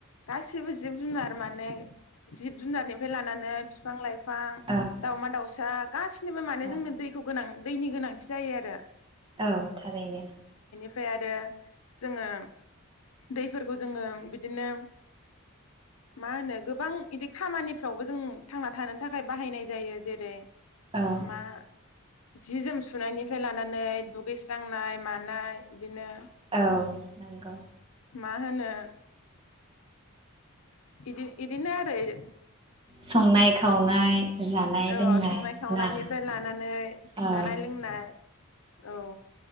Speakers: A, on the left; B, on the right.
A: गासिबो जिब जुनार माने जिब जुनारनिफ्राय लानानै फिफां लाइफां
B: औ
A: दाउमा दाउसा गासिनिबो माने
B: औ
A: जोंनो दैखौ गो गोनां दैनि गोनांथि जायो आरो
B: औ थारैनो
A: ओमफ्राय आरो जोङो दैफोरखौ जोङो बिदिनो मा होनो गोबां इदि खामानिफ्रावबो जों थांना थानो थाखाय बाहायनाय जायो जेरै-
B: औ
A: मा जि जोम सुनायनिफ्राय लानानै दुगैस्रांनाय मानाय बिदिनो
B: औ नंगौ।
A: मा होनो। इदि इदिनो आरो
B: संनाय खावनाय जानाय
A: औ
B: लोंनाय
A: संनाय खावनायनिफ्राय
B: ना
A: लानानै
B: औ
A: जानाय लोंनाय औ